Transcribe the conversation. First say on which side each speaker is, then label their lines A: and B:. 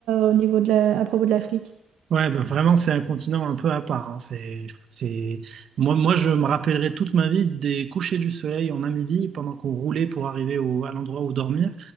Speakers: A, on the right; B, on the right.
A: euh, au niveau de la, à propos de l'Afrique.
B: Ouais, bah vraiment, c'est un continent un peu à part. hein. C'est, c'est... Moi, moi, je me rappellerai toute ma vie des couchers du soleil en Namibie pendant qu'on roulait pour arriver au, à l'endroit où dormir.